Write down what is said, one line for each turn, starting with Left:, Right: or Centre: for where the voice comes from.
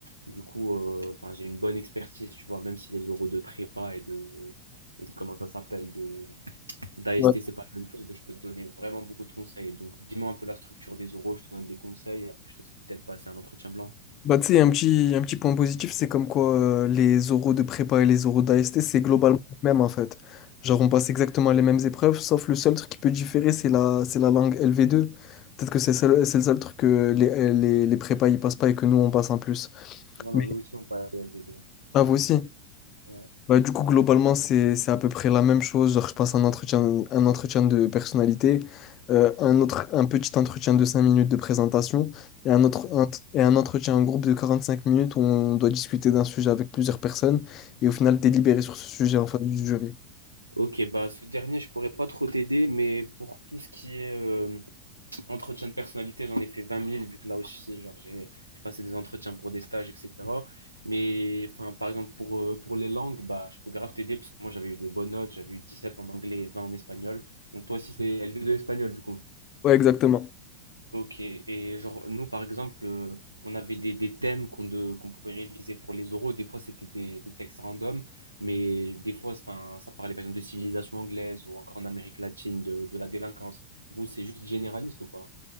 Right: Du coup, euh, enfin, j'ai une bonne expertise, tu vois, même si les oraux de prépa et de, et de comment ça s'appelle, D'AST,
Left: Ouais.
Right: c'est pas la même chose, mais je peux te donner vraiment beaucoup de conseils. Donc, dis-moi un peu la structure des oraux, je te donne des conseils. Après, je te fais peut-être passer un entretien blanc.
Left: Bah, tu sais, un petit, un petit point positif, c'est comme quoi euh, les oraux de prépa et les oraux d'AST, c'est globalement le même en fait. Genre, on passe exactement les mêmes épreuves, sauf le seul truc qui peut différer, c'est la, c'est la langue LV2. Peut-être que c'est seul- c'est le seul truc que les, les, les prépas ils passent pas et que nous on passe en plus.
Right: Non, non,
Left: Mais
Right: nous aussi, on passe au LV2.
Left: ah, vous aussi.
Right: Ouais.
Left: Bah, du coup, globalement, c'est, c'est à peu près la même chose. Genre, je passe un entretien, un entretien de personnalité, euh, un autre, un petit entretien de 5 minutes de présentation et un autre, un- et un entretien en groupe de 45 minutes où on doit discuter d'un sujet avec plusieurs personnes et au final délibérer sur ce sujet en face du jury.
Right: Ok, bah ce dernier, je pourrais pas trop t'aider, mais pour tout ce qui est euh, entretien de personnalité, j'en ai fait 20 000, vu que là aussi, genre, j'ai j'ai passé des entretiens pour des stages, etc. Mais enfin, par exemple, pour, euh, pour les langues, bah, je peux grave t'aider, parce que moi, j'avais eu de bonnes notes, j'avais eu 17 en anglais et 20 en espagnol. Donc, toi aussi, c'est LV2 espagnol, du coup.
Left: Ouais, exactement.
Right: Ok, et genre, nous par exemple, euh, on avait des, des thèmes qu'on de- qu'on pouvait réviser pour les oraux. Des fois, c'était des, des textes random, mais des fois, enfin, ça parlait par exemple de civilisation anglaise ou encore en Amérique latine, de, de la délinquance. Vous, c'est juste généraliste ou pas?